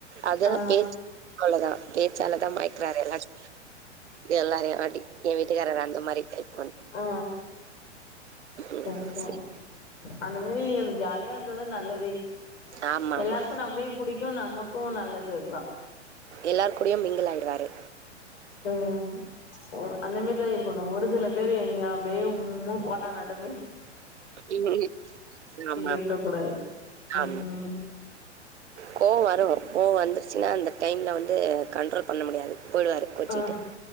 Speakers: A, on the right; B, on the left.
A: அதுதா
B: ஆ
A: பேச் அவ்ளோ தா பேச்சால தா மயக்றாரு எல்லாச் எல்லா வே வாட்டி எ வீட்டுக்காரர் அந்த மாரி டைப் வந்
B: ஆ
A: ம்.
B: ஆ ஆ
A: சரி.
B: அந்த மாரி அந்த வியாள் வேம்பு தா நல்லதே
A: ஆமாமா,
B: எல்லாருக்கும் நம்பிளியும் புடிக் இன்னு நமக்கும் நல்லது அதுதா
A: எல்லார் கூடையும் மிங்கிலாய்டுவாரு
B: ம் உட் அந்த மேரிதா இருக்கணும் ஒரு சில பேரு எங்யாம் அப்டியே உம்முனு கோட்டானாட்டுமே
A: ம் ஹ்ம் ஆமா
B: இருக்க கூடாது
A: ஆ
B: ம் ம்
A: கோவோ வரு கோவம் வந்துரு ஆச்சுனா அந்த டைம்ல வந்து கண்ட்ரோல் பண்ண முடியாது போயிடுவாரு கோச்சுக்கிட்டு.
B: ஆ